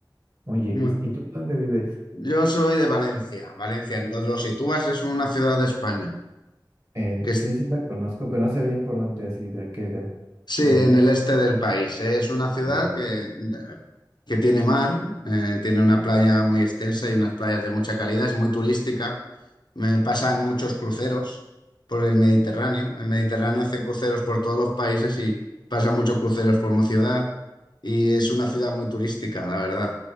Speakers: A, on the right; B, on the left.
A: muy
B: Bueno,
A: X. ¿Y tú dónde vives?
B: yo soy de Valencia. Valencia, lo, lo sitúas, es una ciudad de España.
A: Eh,
B: que es,
A: sí, sí la conozco, pero no sé bien por dónde así la queda
B: sí,
A: en
B: en
A: el mapa.
B: el este del país. Es una ciudad
A: Ok.
B: que, que tiene mar, eh, tiene una playa muy extensa y unas playas de mucha calidad, es muy turística. Me pasan muchos cruceros por el Mediterráneo. El Mediterráneo hacen cruceros por todos los países y pasan muchos cruceros por mi ciudad. Y es una ciudad muy turística, la verdad.